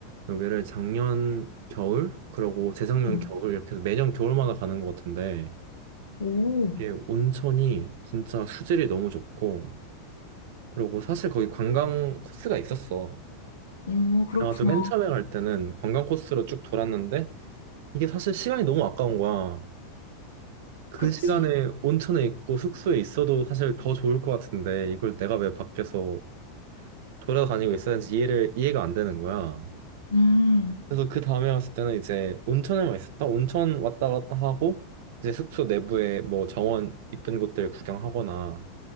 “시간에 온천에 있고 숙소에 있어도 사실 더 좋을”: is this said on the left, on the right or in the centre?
Right